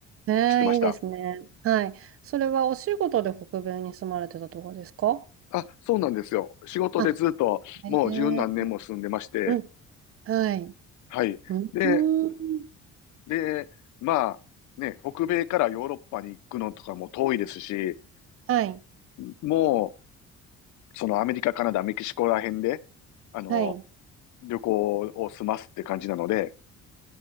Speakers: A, on the right; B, on the left.
A: ええ、
B: してました。
A: いいですね。はい。それはお仕事で北米に住まれてたとかですか
B: あ、そうなんですよ。仕事でずっともう十何年も住んでまして、
A: あ、ええ、うん。はい。
B: はい。
A: うん。
B: で、
A: うん
B: で、まあ、ね、北米からヨーロッパに行くのとかも遠いですし、
A: はい。
B: もそのアメリカ、カナダ、メキシコら辺で、あの、
A: はい。
B: 旅行を済ますって感じなので、